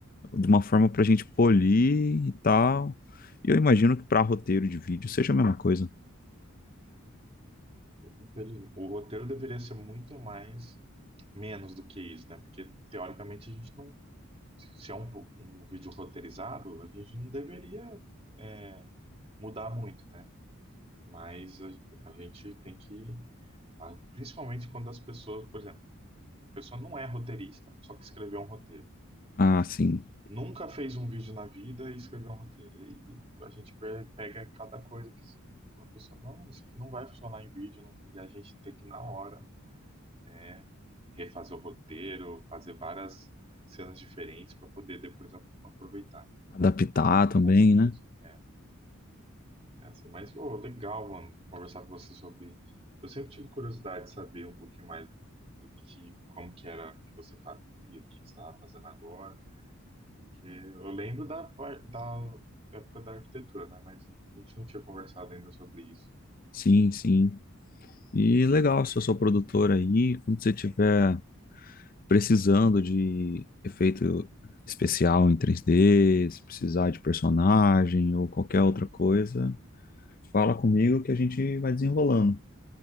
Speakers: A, on the left (about 40°); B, on the right (about 25°).
A: de uma forma para a gente polir e tal. E eu imagino que para roteiro de vídeo seja a mesma coisa.
B: Infelizmente. O roteiro deveria ser muito mais menos do que isso, né? Porque teoricamente a gente não, se se é um, um vídeo roteirizado, a gente não deveria é, mudar muito, né? Mas a, a gente tem que, a- principalmente quando as pessoas, por exemplo, a pessoa não é roteirista, só que escreveu um roteiro.
A: Ah, sim.
B: Nunca fez um vídeo na vida e escreveu um roteiro. E aí a gente pe- pega cada coisa que a pessoa, não, isso aqui não vai funcionar em vídeo, não- e a gente tem que, na hora, né, refazer o roteiro, fazer várias cenas diferentes para poder depois a- aproveitar.
A: Adaptar
B: Então,
A: também,
B: é assim
A: né?
B: mesmo. É, É assim, mas, ô, legal, mano, conversar com você sobre. Eu sempre tive curiosidade de saber um pouquinho mais do que, como que era que você fazia, o que que você estava fazendo agora, porque eu lembro da, par- da época da arquitetura, né? Mas a gente não tinha conversado ainda sobre isso.
A: Sim, sim. E legal, se eu sou produtor aí, quando você estiver precisando de efeito especial em três d se precisar de personagem ou qualquer outra coisa, fala comigo que a gente vai desenrolando.